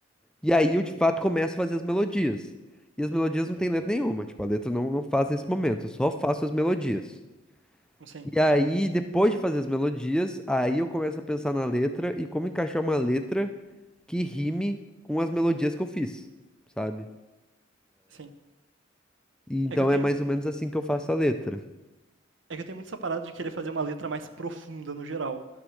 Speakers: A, in the centre; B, on the right.
A: E aí eu de fato começo a fazer as melodias. E as melodias não tem letra nenhuma, tipo, a letra não, não faz nesse momento, eu só faço as melodias.
B: Sim,
A: E aí, depois de fazer as melodias, aí eu começo a pensar na letra e como encaixar uma letra que rime com as melodias que eu fiz, sabe?
B: sim.
A: E então
B: É que eu tenho,
A: é mais ou menos assim que eu faço a letra.
B: é que eu tenho muito essa parada de querer fazer uma letra mais profunda no geral.